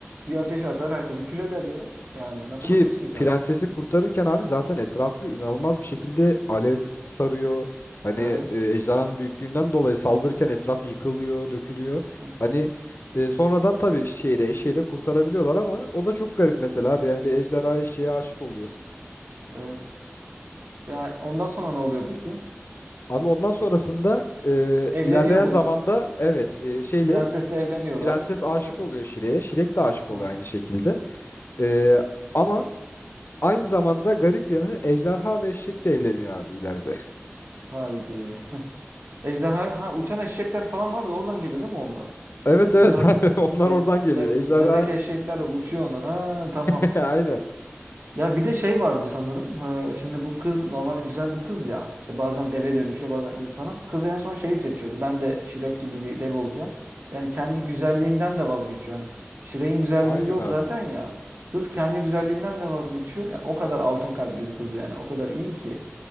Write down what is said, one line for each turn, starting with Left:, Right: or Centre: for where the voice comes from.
Right: bir ateş atar, herkesi kül eder ya. Yani nasıl
Left: Ki
Right: başa çıkacaksın?
Left: prensesi kurtarırken abi zaten etrafı inanılmaz bir şekilde alev sarıyor. Hani
Right: Evet.
Left: e, ejderhanın büyüklüğünden dolayı saldırırken etraf yıkılıyor, dökülüyor.
Right: Hı hı.
Left: Hani e, sonradan tabii şeyde eşeği de kurtarabiliyorlar ama o da çok garip mesela abi. Yani bir ejderha eşeğe aşık oluyor.
Right: Evet. Ya ondan sonra ne oluyor peki?
Left: Abi ondan sonrasında e,
Right: Evleniyor
Left: ilerleyen
Right: bunlar.
Left: zamanda evet e, şeyle
Right: Prensesle evleniyorlar.
Left: Prenses aşık
Right: Hı.
Left: oluyor Şire'ye. Şirek de aşık oluyor
Right: Hı hı.
Left: aynı şekilde. Ee, ama aynı zamanda garip yanı ejderha ve eşek de evleniyor abi ileride. <laughs>
Right: Haydi. <laughs> Ejderha ha uçan eşekler falan vardı. Oradan geliyor değil mi onlar?
Left: Evet evet
Right: Onların
Left: abi <laughs> onlar
Right: be,
Left: oradan geliyor.
Right: be-
Left: Ejderha
Right: bebek eşekler uçuyor onlar. Ha tamam.
Left: <laughs> aynen.
Right: Ya bir de şey vardı sanırım. Ee, şimdi bu kız normalde güzel bir kız ya. İşte bazen deve dönüşüyor bazen insana. Kız en son şeyi seçiyordu. Ben de Shrek gibi bir deve olacağım. Yani kendi güzelliğinden de vazgeçiyor. Hani Shrek'in güzelliği
Left: Aynen
Right: yok
Left: abi.
Right: zaten ya. Kız kendi güzelliğinden de vazgeçiyor. Yani o kadar altın kalpli bir kız yani. O kadar iyi ki.